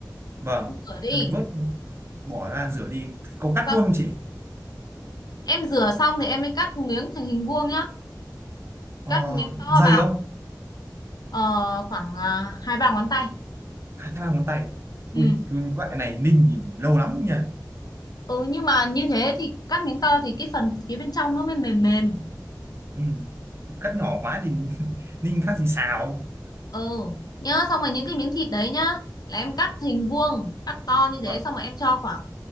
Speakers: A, on the right (about 35°); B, on the left (about 60°).
A: vâng
B: em rửa đi
A: thì mình vớt bỏ ra rửa
B: Ừ.
A: đi có cắt
B: xong
A: luôn không
B: rồi
A: chị
B: em rửa xong thì em mới cắt miếng thành hình vuông nhá
A: ờ,
B: cắt miếng to
A: dày
B: vào
A: không
B: ờ, khoảng ờ, hai ba ngón tay
A: hai ba ngón tay
B: ừ.
A: ui cái loại này ninh thì lâu lắm nhỉ
B: Ừ nhưng mà như thế thì cắt miếng to thì cái phần phía bên trong nó mới mềm mềm.
A: ừ cắt nhỏ quá thì <laughs> ninh khác gì xào
B: Ừ nhớ xong rồi những cái miếng thịt đấy nhá là em cắt hình vuông, cắt to như thế
A: vâng
B: xong rồi em cho khoảng